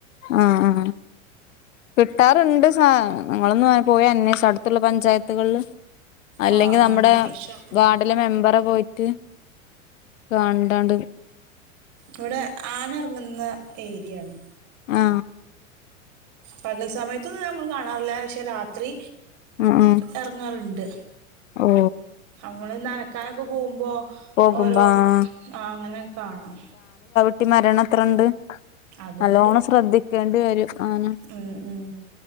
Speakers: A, on the left (about 70°); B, on the right (about 45°).
A: ആ ആ കിട്ടാറുണ്ട് സാ നിങ്ങളൊന്ന് പോയി അന്വേഷ ത്ത്ള്ള പഞ്ചായത്ത് ത്തുകളിൽ അല്ലെങ്കിൽ
B: ആ ആ
A: നമ്മുടെ
B: ഒന്ന് അന്വേഷിച്ച് നോക്കണം
A: വാർഡിലെ മെമ്പറെ പോയിട്ട് കാണ്ടാണ്ട്
B: ഇവിടെ ആന ഇറങ്ങുന്ന ഏരിയാണ്
A: ആ
B: പകൽ സമയത്തൊന്നും നമ്മള് കാണാറില്ല പക്ഷെ രാത്രി
A: ഉം ഉം
B: എറങ്ങാറുണ്ട്
A: ഓ
B: നമ്മള് നനക്കാനൊക്കെ പോകുമ്പോ
A: പോകുമ്പോ
B: ഓരോ
A: ആഹ്
B: ആ അങ്ങനെ കാണാം
A: ട്ടി മരണം എത്രണ്ട്
B: അതുണ്ട്
A: നല്ലോണം ശ്രദ്ധിക്കേണ്ടി വരും അങ്ങനെ
B: ഉം ഉം